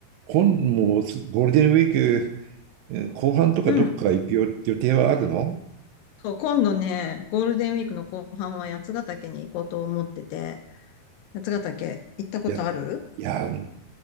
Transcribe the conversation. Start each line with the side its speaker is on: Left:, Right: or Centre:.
Right: 今、もうすゴールデンウィークえー後半とかどっか行く予予定はあるの
Left: うん。そう、今度ね、ゴールデンウィークの後半は八ヶ岳に行こうと思ってて、八ヶ岳行ったことある
Right: いや、いや、あ